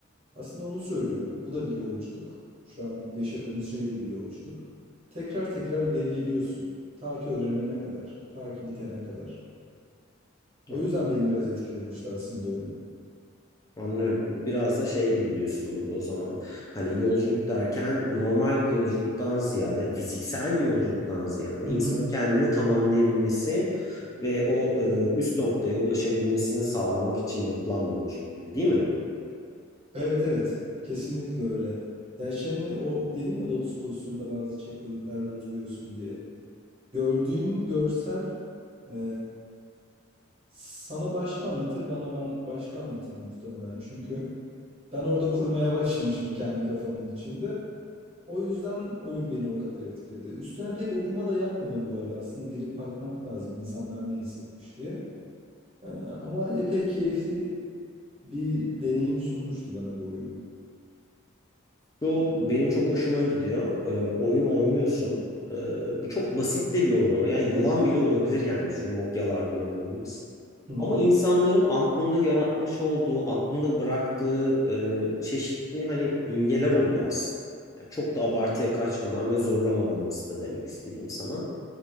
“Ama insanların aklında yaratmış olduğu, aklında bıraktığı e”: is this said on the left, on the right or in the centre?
Left